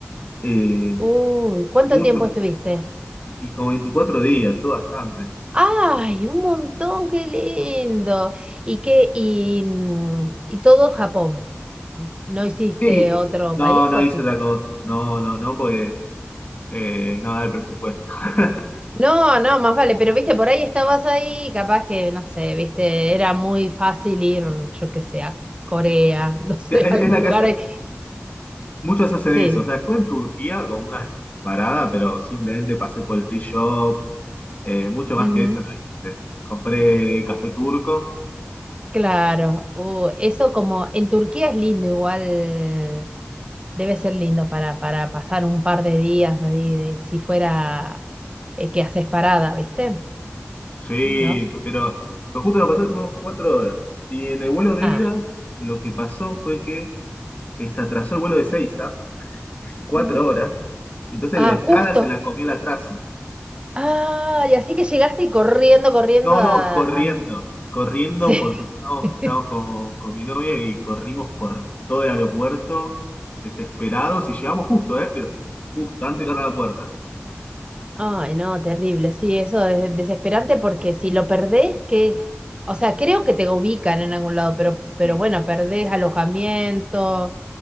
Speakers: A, on the left (about 40°); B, on the right (about 25°).
A: eh,
B: Uy, ¿cuánto
A: mucho,
B: tiempo estuviste?
A: y como 24 días, todo bastante.
B: Ay, un montón, qué lindo. ¿Y qué? Y, mm, y todo Japón. ¿No hiciste
A: Sí,
B: otro
A: no,
B: país
A: no
B: o
A: hice
B: sí?
A: otra cosa. No, no, no, porque eh, no da el presupuesto. <laughs>
B: No, no, más vale, pero viste, por ahí estabas ahí, capaz que, no sé, viste, era muy fácil ir, yo qué sé, a Corea, <laughs> no sé,
A: Es,
B: a algún
A: es la que
B: lugar
A: hace-
B: ahí.
A: muchos hacen
B: Sí,
A: eso. O sea, estuve en Turquía con una parada, pero simplemente pasé por el free shop. eh, mucho
B: ujú,
A: más que eso no hice. Compré café turco
B: claro. Uh, eso como, en Turquía es lindo igual, Debe ser lindo para, para pasar un par de días ahí, de, si fuera eh, que haces parada, ¿viste?
A: Sí,
B: ¿No?
A: pero, pero justo lo pasó que tuvimos cuatro horas. Y en el vuelo de
B: Ah,
A: ida, lo que pasó fue que eh, se atrasó el vuelo de Seiza, cuatro
B: ujú.
A: horas, y entonces
B: Ah,
A: la escala
B: justo.
A: se la comió el atraso.
B: Ah, y así que llegaste corriendo, corriendo
A: No, no,
B: a...
A: corriendo,
B: a-
A: corriendo
B: Sí.
A: porque estábamos,
B: <laughs>
A: estábamos con, con mi novia y corrimos por todo el aeropuerto desesperados y llegamos justo, ¿eh? Pero justo, antes de cerrar la puerta.
B: Ay, no, terrible. Sí, eso es desesperante porque si lo perdés, que... O sea, creo que te ubican en algún lado, pero, pero
A: Sí,
B: bueno, perdés alojamiento,